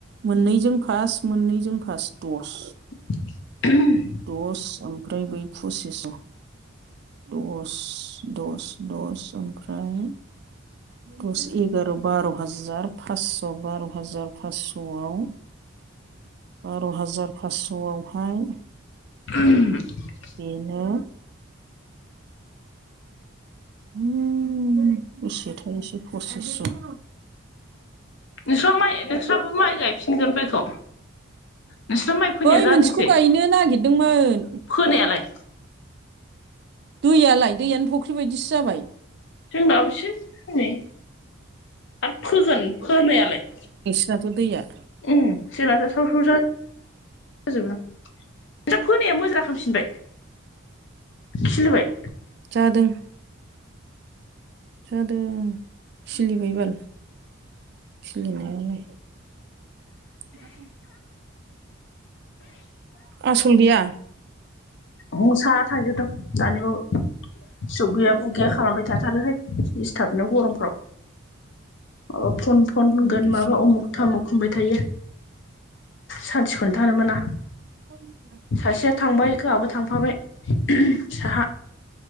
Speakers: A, on the right; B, on the left.
A: मोननैजों फास मोननैजों फास्ट दस।
B: <unintelligible>
A: दस ओमफ्राय बै फसिस' दस दस दस ओमफ्राय दस एक एगार' बार' हाजार फास्स' बार' हाजार फासस'आव बार' हाजार फासस'आवहाय
B: <unintelligible>
A: बेनो उम बेसे थायोसेै फसिसस'।
B: नोंस्रा माइ नोंस्राबो माइ गायफिनगोन बैखौ नोंस्रा माइ फोनाया
A: बै
B: जादोंसै
A: मोनसेखौ गायनो नागिददोंमोन।
B: फोनायालाय
A: दैयालाय दैयानो फख्रि बायदिसो जाबाय।
B: जोंनाबसो हनै आरो फोगोन फोनायालाय।
A: दाथ' दैया।
B: उम जोनाथ' साव <inaudible> जाजोबो। नोंसा फोनाया मोजां जाखांफिनबाय खिलिबाय?
A: जादों। जादों खिलिबाय बाल खिलिनायालाय। <unintelligible> आसल गैया?
B: ह साहा थांजोबदों दानिबाव सुग गैया बुग गैया खालामबाय थाथारोहाय। दिस्थाबनो गरमफ्राव माबा फन फन होनगोन
A: बिदिसो
B: माबा उमुख थामुख होनबाय थायो सान्थिखौनो थानो मोना।
A: <inaudible>
B: सासेया थांबाय गाहाबो थांफाबाय <unintelligible> साहा